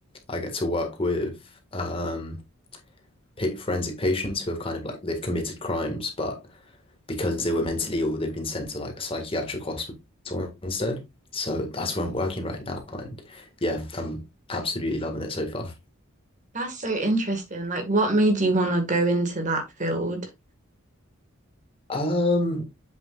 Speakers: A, on the left (about 25°); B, on the right (about 35°).
A: I get to work with um, pa forensic patients who have kind of like they've committed crimes, but because they were mentally ill, they've been sent to like a psychiatric hospital instead. So that's where I'm working right now, and yeah, I'm absolutely loving it so far.
B: that's so interesting. Like, what made you want to go into that field?
A: Um,